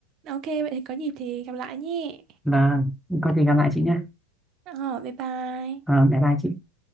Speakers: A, on the right; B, in the centre.
A: ok vậy thì có dịp thì gặp lại nhé
B: Vâng, có gì gặp lại chị nhé
A: ờ bye bye
B: Vâng, bye bye chị